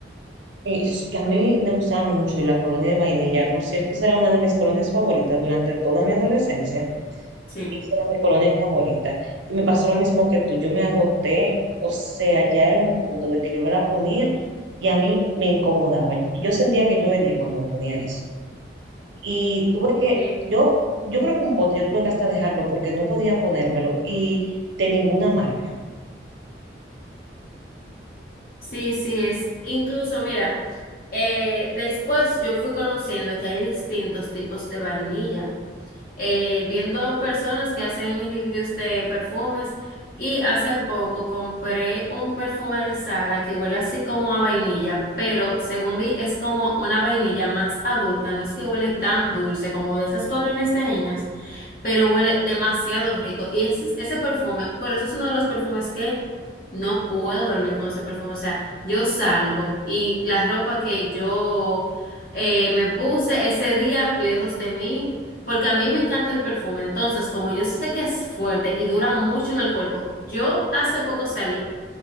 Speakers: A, on the right; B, on the left.
A: Y s- y a mí me gustaba mucho la colonia de vainilla. Por cierto, esa era una de mis colonias favoritas durante toda mi adolescencia.
B: Sí.
A: Esa era mi colonia favorita. Y me pasó lo mismo que tú. Yo me agoté, o sea, ya era un punto de que yo me la ponía y a mí me incomodaba. Y yo sentía que yo hería cuando me ponía eso. Y tuve que,
B: Sí.
A: yo, yo creo que un pote, yo tuve que hasta dejarlo porque no podía ponérmelo y de ninguna marca.
B: Sí, sí, es. Incluso, mira, eh, después yo fui conociendo que hay distintos tipos de vainilla. eh, viendo personas que hacen reviews de perfumes y hace poco compré un perfume de Sara que huele así como a vainilla, pero según vi es como una vainilla más adulta, no es que huele tan dulce como de esas colonias de niñas pero huele demasiado rico. Y ese, es- ese perfume, bueno, ese es uno de los perfumes que no puedo dormir con ese perfume. O sea, yo salgo y la ropa que yo eh, me puse ese día lejos de mí, porque a mí me encanta el perfume. Entonces, como yo sé que es fuerte y dura mucho en el cuerpo, yo hace poco salí